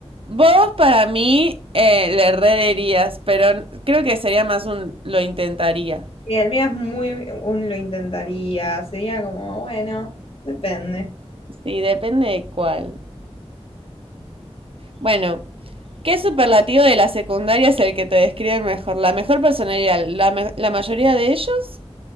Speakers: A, on the right; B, on the left.
A: vos para mí eh, le rederías, pero creo que sería más un lo intentaría.
B: Y el mío es muy, un lo intentaría, sería como, bueno, depende.
A: Sí, depende de cuál. Bueno, ¿qué superlativo de la secundaria es el que te describe mejor? La mejor personalidad, la, me- la mayoría de ellos,